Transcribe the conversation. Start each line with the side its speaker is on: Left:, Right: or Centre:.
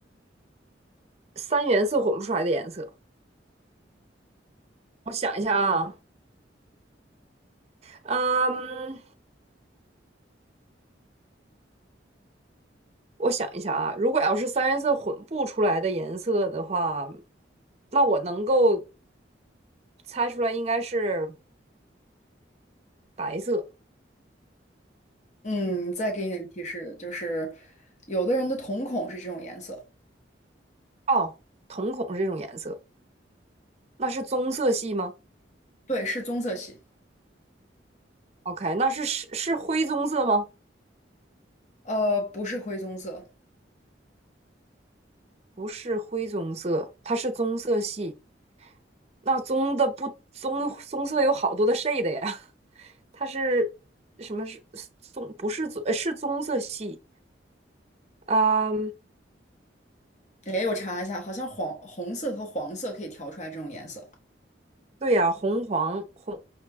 Right: 三原色混不出来的颜色。我想一下啊，嗯，我想一下啊，如果要是三原色混不出来的颜色的话，那我能够猜出来应该是白色
Left: 嗯，再给你点提示，就是有的人的瞳孔是这种颜色，
Right: 哦，瞳孔是这种颜色，那是棕色系吗
Left: 对，是棕色系，
Right: ？OK，那是是是灰棕色吗？
Left: 呃，不是灰棕色。
Right: 不是灰棕色，它是棕色系。那棕的不棕棕色有好多的 shade 呀，<laughs> 它是什么是棕？不是棕，呃是棕色系啊、
Left: 哎，我查一下，好像黄红色和黄色可以调出来这种颜色。
Right: 对呀、红黄红